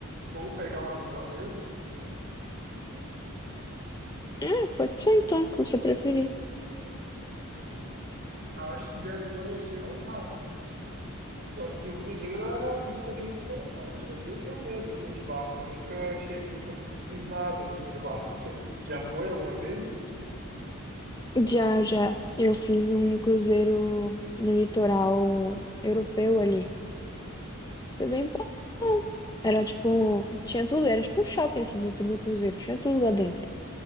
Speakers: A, on the right; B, on the left.
A: Ou pegar um avião mesmo,
B: É, pode ser então, o que você preferir.
A: acho que de avião ia ser mais rápido. Só que o cruzeiro é uma experiência interessante, né? Eu tenho medo, assim, de barco. Eu Nunca achei, nunca fiz nada, assim, de barco. Você já foi alguma vez?
B: Já, já. Eu fiz um cruzeiro no litoral europeu ali. Foi bem bom. Era tipo, tinha tudo, era tipo um shopping assim dentro do cruzeiro, tinha tudo lá dentro.